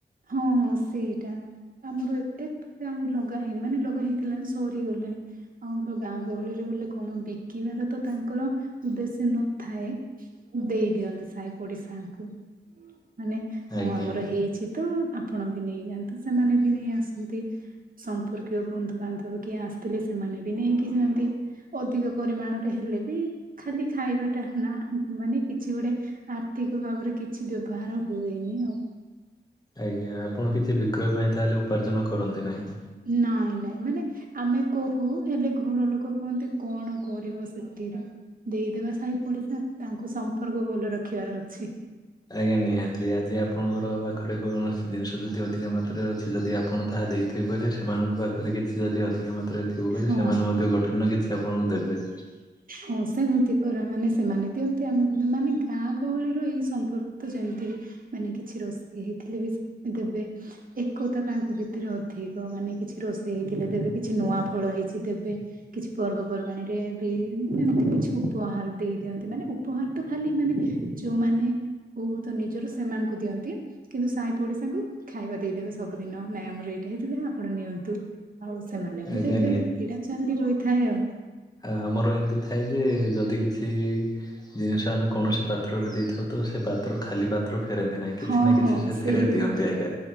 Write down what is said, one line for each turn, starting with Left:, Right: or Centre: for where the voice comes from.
Right: ହଁ ହଁ ସେଇଟା ଆମର ଏତ ତେ ଯେ ଆଉ ଲଗା ହେଇନି ମାନେ ଲଗା ହେଇଥିଲା ନା ସରି ଗଲାଣି ଆଉ ଆମର ଗାଁ ଗହଳିରେ ବୋଲେ କଣ ବିକିବାର ତ ତାଙ୍କର ଉଦ୍ଦେଶ୍ୟ ନଥାଏ ଦେଇ ଦିଅନ୍ତି ସାହି ପଡିଶାଙ୍କୁ ମାନେ
Left: ଆଜ୍ଞା।
Right: ହଁ ଆମର ହେଇଛି ତ ଆପଣ ବି ନେଇଯାଆନ୍ତୁ ସେମାନେ ବି ନେଇ ଆସନ୍ତି ସମ୍ପର୍କୀୟ ବନ୍ଧୁ ବାନ୍ଧବ କିଏ ଆସିଥିଲେ ସେମାନେ ବି ନେଇକି ଯାଆନ୍ତି। ଅଧିକ ପରିମାଣରେ ହେଲେ ବି ଖାଲି ଖାଇବାଟା ନା ମାନେ କିଛି ଗୋଟେ ଆର୍ଥିକ ଭାବରେ କିଛି ବ୍ୟବହାର ହୁଏନି ଆଉ
Left: ଆଜ୍ଞା ଆପଣ କିଛି ବିକ୍ରୟ ପାଇଁ ତାହେଲେ ଉପାର୍ଜନ କରନ୍ତି ନାହିଁ
Right: ନାଇଁ ନାଇଁ ମାନେ ଆମେ କହୁ ହେଲେ ଘର ଲୋକ କୁହନ୍ତି କଣ କରିବ ସେଥିରେ ଦେଇଦେବା ସାହି ପଡିଶା ତାଙ୍କୁ ସମ୍ପର୍କ ଭଲ ରଖିବାର ଅଛି।
Left: ଆଜ୍ଞା ନିହାତି ଆଜି ଆପଣଙ୍କର ପାଖରେ କୌଣସି ଜିନିଷ ଯଦି ଅଧିକା ମାତ୍ରାରେ ଅଛି ଯଦି ଆପଣ ତାହା ଦେଇଥିବେ ତି କହିଲେ ସେମାନଙ୍କ ପାଖରେ କିଛି ଯଦି ଅଧିକା ମାତ୍ରାରେ ଥିବ କହିଲେ
Right: ହଁ।
Left: ସେମାନେ ମଧ୍ୟ ଗୋଟେ ଦିନ କିଛି ଆପଣଙ୍କୁ ଦେବେ
Right: ହଁ ସେମିତି ପରା ମାନେ ସେମାନେ ଦିଅନ୍ତି ଆମେ ବି ମାନେ ଗାଁ ଗହଳିର ଏଇ ସମ୍ପର୍କ ତ ଯେମିତି ବି ମାନେ କିଛି ରୋଷେଇ ହେଇଥିଲେ ବି ସେମାନେ ଦେବେ ଏକତା ତାଙ୍କ ଭିତରେ ଅଧିକ ତ ମାନେ କିଛି ରୋଷେଇ ହେଇଥିଲେ ଦେବେ କିଛି ନୂଆ ଫଳ ହେଇଛି ଦେବେ କିଛି ପର୍ବପର୍ବାଣୀ ରେ ବି ଏମତି କିଛି ଉପହାର ଦେଇ ଦିଅନ୍ତି ମାନେ ଉ ଉପହାର ତ ଖାଲି ମାନେ ଯୋଉମାନେ ବହୁତ ନିଜର ସେମାନଙ୍କୁ ଦିଅନ୍ତି କିନ୍ତୁ ସାଇ ପୋଡିଶାଙ୍କୁ ଖାଇବା ଦେଇଦେବେ ସବୁଦିନ ନାଇଁ ଆମର ଏଇଟା ହେଇ ଆପଣ ନିଅନ୍ତୁ ଆଉ ସେମାନେ
Left: ଆଜ୍ଞା
Right: ବି ଦେବେ ଏଟା ଚାଲି ରହିଥାଏ ଆଉ
Left: ଆ ଆମର ଏମିତି ଥାଏ ଯେ ଯଦି କିଛି ଜିନିଷ ଆମେ କୌଣସି ପାତ୍ରରେ ଦେଇଥାଉ ତ ସେ ପାତ୍ର ଖାଲି ପାତ୍ର କୁ ଫେରାନ୍ତି ନାଇଁ। କିଛି
Right: ହଁ
Left: ନା
Right: ହଁ
Left: କିଛି ସେଥିରେ
Right: ସେଇ କଥା
Left: ଦିଅନ୍ତି ଏକା।